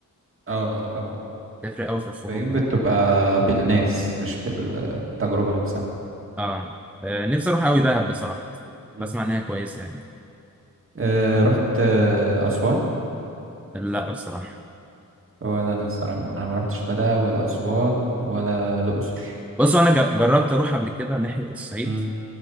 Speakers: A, on the right; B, in the centre.
A: اه ده طبعا
B: بتفرق قوي في الخروج
A: فيوم
B: يعني
A: بتبقى بالناس مش بالتجربة نفسها
B: اه آه، نفسي اروح قوي دهب بصراحة
A: مم.
B: بسمع ان هي كويسة يعني
A: أه رحت آه، أسوان
B: لا بصراحة
A: ولا أنا الصراحة أنا ما رحتش لا دهب ولا أسوان ولا الأقصر
B: بص انا ج- جربت اروح قبل كده ناحية الصعيد
A: مم،